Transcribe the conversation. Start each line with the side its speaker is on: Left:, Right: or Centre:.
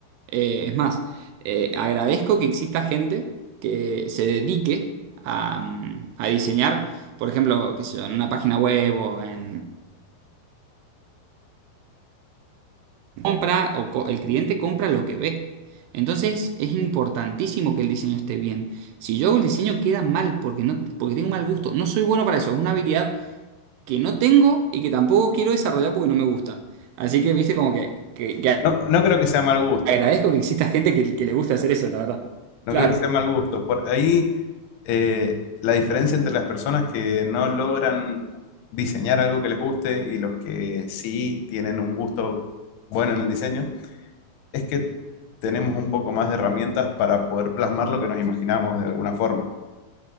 Right: Eh, es más, eh, agradezco que exista gente que se dedique a, mm, a diseñar, por ejemplo, qué sé yo, en una página web o en compra, o co- el cliente compra lo que ve. Entonces es importantísimo que el diseño esté bien. Si yo hago el diseño queda mal porque, no, porque tengo mal gusto. No soy bueno para eso. Es una habilidad que no tengo y que tampoco quiero desarrollar porque no me gusta. Así que, viste, como que, que- que
Left: no, no creo que sea mal gusto,
Right: agradezco que exista gente que, que le guste hacer eso, la verdad.
Left: no
Right: Claro,
Left: creo que sea mal gusto. Por ahí eh, la diferencia entre las personas que no logran diseñar algo que les guste y los que sí tienen un gusto bueno en el diseño es que tenemos un poco más de herramientas para poder plasmar lo que nos imaginamos de alguna forma.